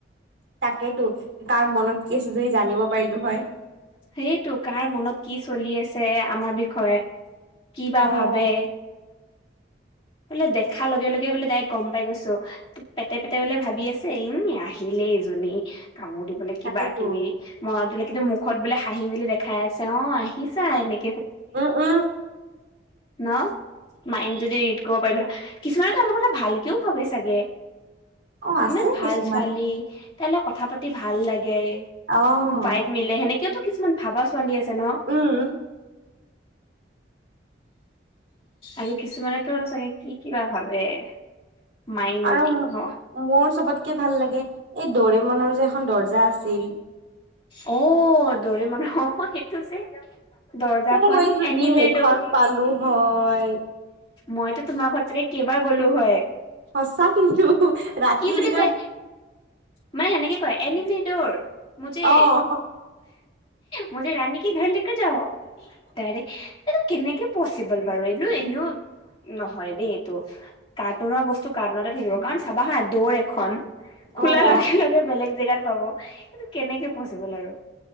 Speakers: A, on the right; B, on the left.
A: তাকেইতো কাৰ মনত কি চলি আছে জানিব পাৰিলো হয়।
B: সেইটো, কাৰ মনত কি চলি আছে আমাৰ বিষয়ে? কি বা
A: অ'
B: ভাবে? বোলে দেখা লগে লগে বোলে ডাইৰেক গম পাই গৈছো। পেটে পেটে বোলে ভাবি আছে ই আহিলে এইজনী কামোৰ দিবলে কিবা-কিবি
A: তাকেতো
B: মনত বোলে কিন্তু মুখত বোলে হাঁহি মেলি দেখাই আছে। অ আহিছা এনেক
A: উ, উ।
B: ন? মাইণ্ডটো যদি ৰিড কৰিব পাৰিলো হয়, কিছুমানটো আমাৰ কথা ভালকেও ভাবে চাগে?
A: অ' আছে
B: ইমান ভাল
A: কিছুমান
B: ছোৱালী তাই লগত কথা পাতি ভাল লাগে।
A: অ'
B: উ ভাইব মিলে। সেনেকেওটো কিছুমান ভাবা ছোৱালী আছে। আছে ন?
A: উম
B: আৰু কিছুমানেটো চাগে কি কি বা ভাবে? মাইণ্ড ৰিডিং
A: আৰু
B: হ
A: মোৰ চবতকে ভাল লাগে এ ডৰেমনৰ যে এখন দৰ্জা আছিল।
B: অ, ডৰেমনৰ অ সেইটো যে। দৰ্জাখন
A: মই যদি
B: এনিমে
A: সেইখন
B: দৰ।
A: পালো হয়।
B: মইতো তোমাৰ ঘৰত চাগে কেইবাৰ গ'লো হয়।
A: সঁচা কিন্তু। ৰাতি
B: কি বুলি
A: দিনে
B: কয়? মায়ে সেনেকে কয় এনিমে ডৰ মুজে
A: অ'
B: মুজে ৰানী কি ঘৰ লেকৰ যাও। দাইৰেক এইটো কেনেকে পচিবল বাৰু? এইটো এনেও নহয় দেই এটো কাৰ্টুনৰ বস্তু কাৰ্টুনতে থাকিব কাৰণ চাবা হা দৌৰ এখন খোলা
A: অ' মোৰ
B: লগে লগে বেলেগ জেগাত পাব এটো কেনেকে পচিবল আৰু।